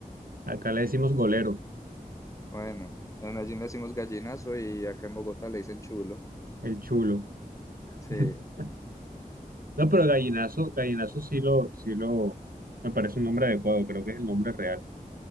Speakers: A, on the right; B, on the left.
A: Acá le decimos golero,
B: Bueno, en Medellín le decimos gallinazo y acá en Bogotá le dicen chulo.
A: el chulo.
B: Sí,
A: <laughs> No, pero gallinazo, gallinazo sí lo, sí lo, me parece un nombre adecuado, creo que es el nombre real.